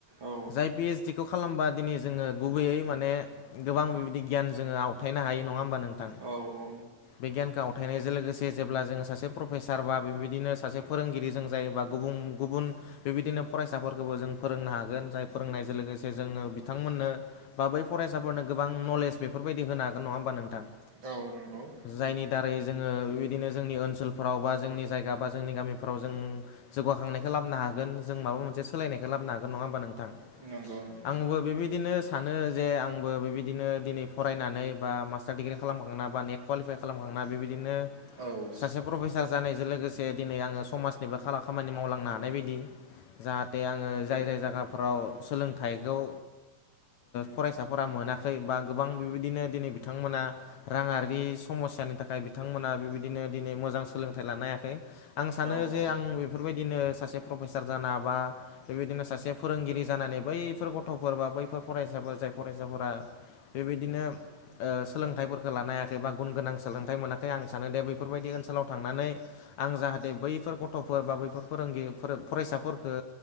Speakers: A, on the right (about 40°); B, on the left (about 70°).
A: औ
B: जाय पिओइसडि खौ खालामबा दिनै जोङो गुबैयै मानेखे माने गोबां बेबायदि गियान जोङो आवथायनो हायो नङा होमबा नोंथां।
A: औ औ।
B: बिगियानखौ आवथायनायजों लोगोसे जेब्ला जोङो सासे प्रफेसार बा बेबायदिनो सासे फोरोंगिरि जों जायोबा गुबुं गुबुन बिबिदिनो फरायसाफोरखौबो जों फोरोंनो हागोन जाय फोरोंनायजों लोगोसे जोङो बिथांमोननो बा बै फरायसाफोरनो गोबां नलेज बेफोरबायदि होनो हागोन नङा होमबा नोंथां?
A: औ नंगौ।
B: जायनि दारै जोङो बिदिनो जोंनि ओनसोलफोराव बा जोंनि जायगा बा जोंनि गामिफ्राव जों जौगाखांनायखौ लाबनो हागोन जों माबा मोनसे सोलायनायखौ लाबनो हागोन नङा होमबा नोंथां?
A: नंगौ नंगौ
B: आंबो बिबादिनो सानो जे आंबो बेबायदिनो दिनै फरायनानै बा मास्टार डिग्रि खालामखांना बा नेटखौ कुवालिफाइ खालामखांना बिबिदिनो
A: औ।
B: प्रफेसार जानायजों लोगोसे दिनै आङो समाजनिबो खामानि मावलांनो हानाय बिदि जाहाथे आङो जाय जाय जायगाफोराव सोलोंथाइखौ फरायसाफोरा मोनाखै बा गोबां बेबायदिनो दिनै बिथांमोना राङरारि समस्यानि थाखाय बिथांमोना बेबायदिनो दिनै मोजां सोलोंथाइ लानो हायाखै। आं सानो
A: औ
B: जे आं बेफोरबायदिनो सासे प्रफेसार जानो हाबा बेबायदिनो सासे फोरोंगिरि जानानै बैफोर गथ'फोर बा बैफोर फरायसाफोर जाय फरायसाफोरा बेबादिनो सोलोंथाइफोरखौ लानो हायाखै बा गुन गोनां सोलोंथाइ मोनाखै आं सानो दे बेफोरबायदि ओनसोलाव थांनानै आं जाहाथे ओ बैफोर गथ'फोर बा बैफोर फोरोंगिरि फरायसाफोरखौ